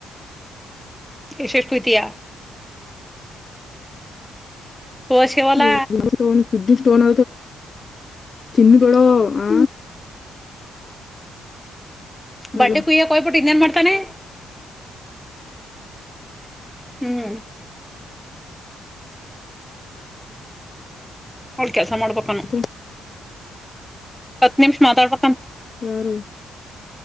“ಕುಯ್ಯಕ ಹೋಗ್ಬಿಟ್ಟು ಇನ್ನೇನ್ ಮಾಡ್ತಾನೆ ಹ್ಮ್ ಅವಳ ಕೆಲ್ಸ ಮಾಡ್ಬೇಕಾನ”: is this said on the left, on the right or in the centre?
Centre